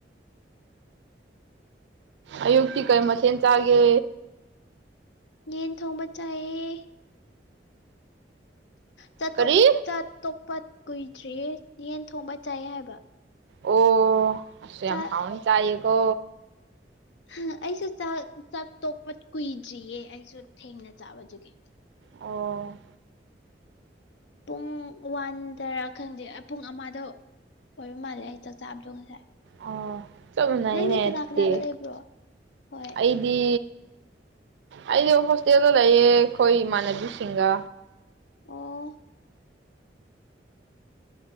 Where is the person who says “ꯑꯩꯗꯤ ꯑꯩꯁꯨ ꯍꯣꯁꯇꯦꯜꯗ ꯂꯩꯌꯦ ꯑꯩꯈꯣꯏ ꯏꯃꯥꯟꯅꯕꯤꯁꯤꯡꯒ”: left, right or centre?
Right